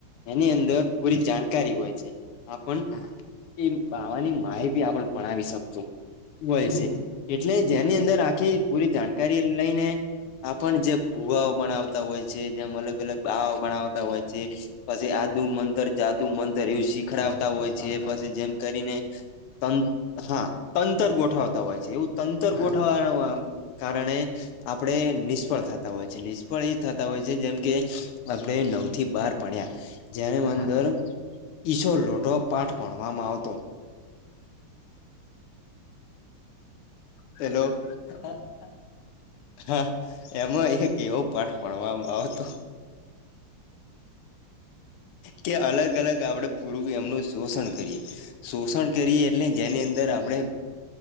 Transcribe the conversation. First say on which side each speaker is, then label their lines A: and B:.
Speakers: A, on the left (about 85°); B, on the left (about 60°).
A: એની અંદર પૂરી જાણકારી હોય છે. પણ
B: હા
A: એ બાવાની માય બી આપણ પણાવી શકશું
B: હમ
A: <unintelligible> એટલે જેની અંદર આખી પૂરી જાણકારી લઈને આપણ જે ભુવાઓ ભણાવતા હોય છે જેમ અલગ અલગ બાઆઓ બણાવતા હોય છે, પછી આદુ મંતર જાદુ મંતર એવુ શી
B: હા
A: ખરાવતા હોય
B: તંતર
A: છે એ પસી જેમ કરીને તન હા તંતર ગોઠવતા હોય છે એવુ તંતર
B: હા
A: ગોઠવવા કારણે આપડે નિસ્ફળ થ તા હોય છે. નિસ્ફળ એ થતા હોય છે જેમ કે, આપણે નવ થી બાર બન્યા. જેને અંદર
B: હા
A: ઈસોર લોઢો પાઠ ભણવામાં આવતો. હેલો.
B: હા હા.
A: હા, એમાય એક એવો પાઠ ભણવામા આવતો. કે અલગ અલગ આપડે પૂરુ એમનુ સોસણ કરીએ. સોસણ કરીએ એટલે જેની અંદર આપડે